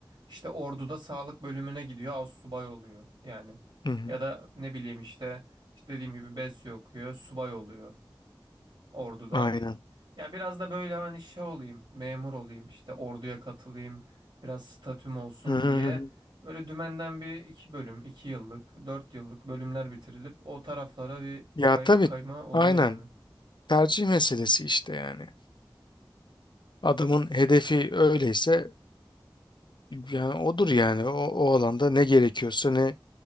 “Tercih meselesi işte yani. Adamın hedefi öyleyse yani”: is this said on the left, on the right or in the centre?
Left